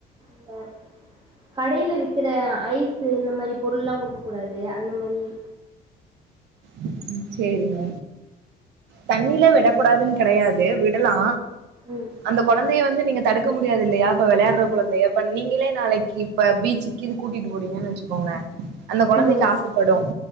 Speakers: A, on the right; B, on the right.
A: இந்த கடையில விக்கிற ஐஸ்சு இந்த மாறி பொருள்லா குடுக்கக் கூடாது அந்த மாறி
B: ம் சேரிங்க தண்ணில விடக் கூடாதுன்னு கெடையாது விடலா
A: ம்
B: அந்த
A: ஆ
B: கொழந்தைய வந்து நீங்க தடுக்க முடியாது இல்லையா அப்ப விளையாட்ற கொழந்தைய இப்ப நீங்களே நாளைக் கி இப்ப பீச்சுக்கு கீது கூட்டிட்டு போறீங்கன்னு வச்சுக்கோங்க அந்த கொழந்தைக்கு
A: ம்
B: ஆசப்படும்